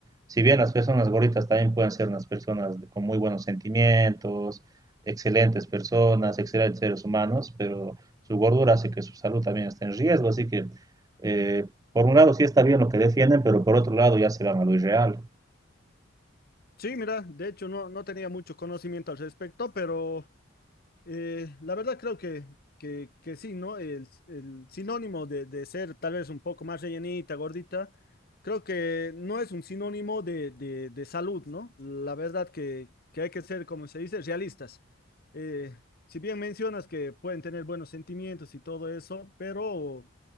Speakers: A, on the right (about 20°); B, on the left (about 50°).
A: Si bien las personas gorditas también pueden ser unas personas de- con muy buenos sentimientos, excelentes personas, excelentes seres humanos, pero su gordura hace que su salud también esté en riesgo. Así que, eh, por un lado, sí está bien lo que defienden, pero por otro lado, ya se van a lo irreal.
B: Sí, mira, de hecho no, no tenía mucho conocimiento al respecto, pero eh, la verdad creo que, que, que sí, ¿no? El, el sinónimo de, de ser tal vez un poco más rellenita, gordita, creo que no es un sinónimo de, de, de salud, ¿no? La verdad que, que hay que ser, como se dice, realistas. Eh, si bien mencionas que pueden tener buenos sentimientos y todo eso, pero